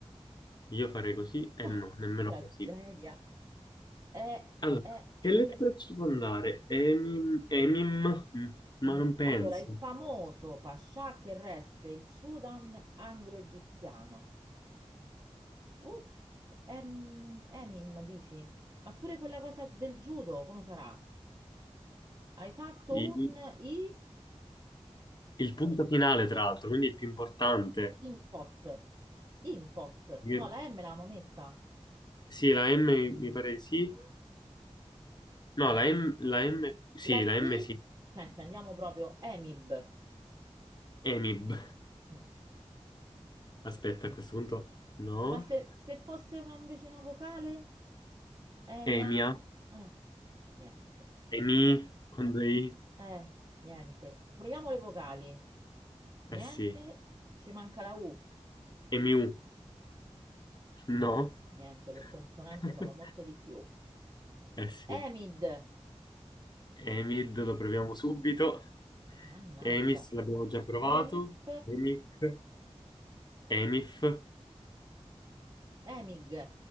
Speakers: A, on the left (about 40°); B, on the right (about 35°).
A: Io farei così e
B: <laughs> ah,
A: no, nemmeno
B: tragedia.
A: così.
B: Eh,
A: Allora,
B: eh,
A: che lettera ci può andare? Emim, emim? Mm, ma
B: Mm,
A: non penso.
B: Allora, il famoso pascià che resse il Sudan anglo-egiziano. Uff, em, Emim, dici? Ma pure quella cosa del judo, come sarà? Hai fatto
A: I-
B: un i,
A: Il, punto
B: i-
A: finale, tra l'altro, quindi il più importante.
B: impot. Impot.
A: Mi-
B: No, la M l'avevamo messa.
A: Sì, la M mi mi pare di sì.
B: Ah.
A: No, la M, la M, sì,
B: La T,
A: la M sì,
B: senti, andiamo proprio Emib.
A: EMIB.
B: Mm.
A: Aspetta, a questo punto, no.
B: Ma se, se fosse una- invece una vocale? Emia?
A: EMIA,
B: Eh, niente.
A: EMI,
B: Eh,
A: con due I,
B: Eh, niente. Proviamo le vocali. Niente,
A: eh sì.
B: ci manca la U.
A: EMIU, no.
B: Niente, le consonanti
A: <laughs>
B: sono molte di più.
A: Eh sì.
B: Emid.
A: EMID lo proviamo subito.
B: Mannaggia.
A: EMIS l'abbiamo già provato.
B: Emif.
A: EMIC, EMIF,
B: Emig.